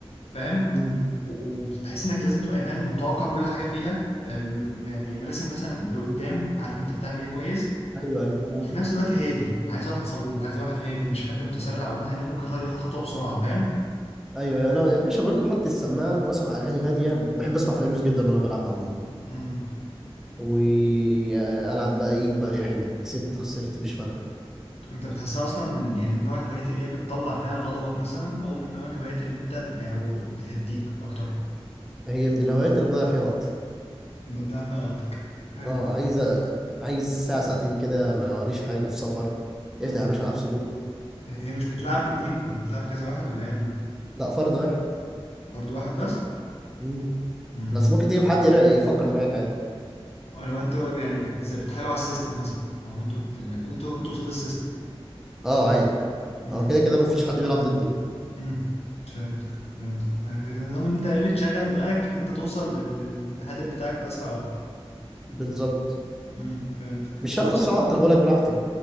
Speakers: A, on the left; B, in the centre.
A: فاهم
B: مم.
A: و- وبحس انك لازم تبقى فاهم متوقع كل حاجه فيها أم، يعني مراسم مثلا لقدام عارف انت بتعمل ايه كويس
B: ايوه ايوه
A: وفي نفس الوقت هادي عايز واحد صبور عايز واحد هادي مش حد متسرع او مثلا يوم ممكن ياخد ياخد خطوه بسرعه فاهم
B: ايوه انا يا باشا بقول- احط السماعه واسمع اغاني هاديه بحب اسمع فيروز جدا وانا بلعبها عموما
A: مم.
B: والعب بقى ايه بريحيه كسبت خسرت مش فارقه
A: انت بتحسها اصلا من يعني من نوع الهوايات اللي هي بتطلع فيها غضبك مثلا او من نوع الهوايات اللي انت ب- يعني هو بتهديك اكتر
B: هي من الهوايات اللي بضيع فيها وقتي
A: بتضيع فيها وقتك حلو
B: اه عايز أ- عايز ساعه ساعتين كده ما وريش حاجه في سفر
A: مم.
B: افتح يا باشا العب سودوكو
A: هي مش بتلعب باتنين ولا بتلعب بكذا واحد ولا هي
B: لا فرد واحد
A: برضه واحد
B: مم.
A: بس
B: بس ممكن تجيب حد يرا- يفكر معاك عادي
A: لو انتوا يعني بت... زي بتحاولوا على السيستم مثلا او انتوا بت... يعني انتوا انتوا قصاد السيستم
B: اه عادي
A: امم
B: اه كده كده مفيش حد بيلعب ضدي
A: امم فهمتك فهمتك يعني في نظام ان انت ايه بتشغل دماغك ان انت توصل لل... للهدف بتاعك في اسرع وقت
B: بالظبط
A: امم فهمتك
B: مش شرط
A: انا بصراحه
B: اسرع وقت انا بقولك براحتي